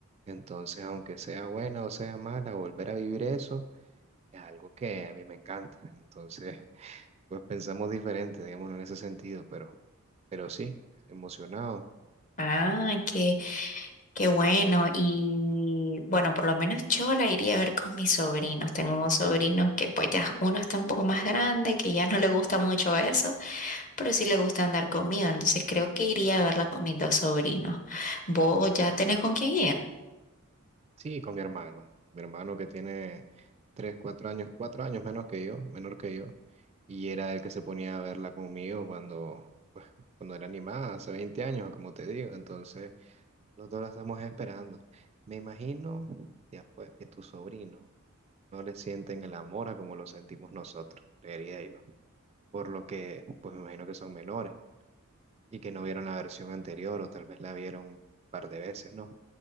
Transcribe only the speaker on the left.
Ah, qué, qué bueno. Y bueno, por lo menos yo la iría a ver con mis sobrinos. Tengo unos sobrinos que pues ya uno está un poco más grande, que ya no le gusta mucho eso. pero sí le gusta andar conmigo, entonces creo que iría a verla con mis dos sobrinos. ¿Vos ya tenés con quién ir?